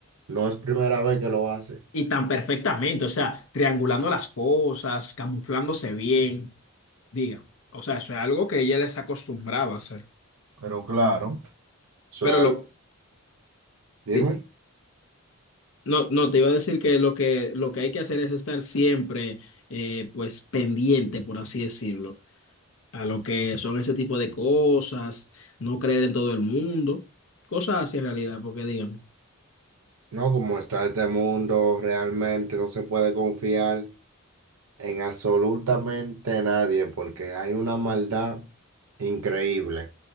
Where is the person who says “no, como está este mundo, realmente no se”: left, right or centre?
Right